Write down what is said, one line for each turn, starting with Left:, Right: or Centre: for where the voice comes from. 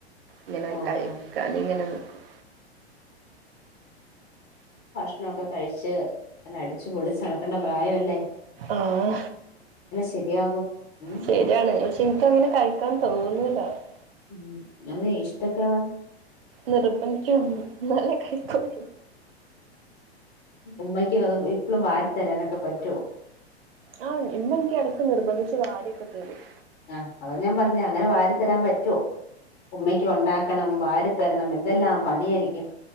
Right: ഇങ്ങനെ
Left: ഓഹോ
Right: കഴിക്കാൻ ഇങ്ങനെ നിൽക്കും
Left: ഭഷണോക്കെ കഴിച്ച് നല്ല അടിച്ച് പൊളിച്ച് നടക്കേണ്ട പ്രായല്ലേ?
Right: ആഹ
Left: ശരിയാകും ഉം
Right: ശരിയാണ്, പക്ഷെ എനക്ക് അങ്ങനെ കഴിക്കാൻ തോ <unintelligible>
Left: ഉം അത് ഇഷ്ടൊക്കെ
Right: നിർബന്ധിക്ക ന്നാലെ കൈക്കോള്ളൂ
Left: ഉമ്മക്ക് വത് ഇപ്പളും വാരിത്തരാനൊക്കെ പറ്റോ
Right: ആഹ ഇമ്മ ഇൻക്ക് എടക്ക് നിർബന്ധിച്ച് വാരിയൊക്കെ തെരും
Left: ആഹ അതാ ഞാൻ പറഞ്ഞ അങ്ങനെ വാരി തരാൻ പറ്റോ ഉമ്മയ്ക്ക് ഉണ്ടാക്കണം വാരിത്തരണം എന്തെല്ലാം പണിയരിക്കും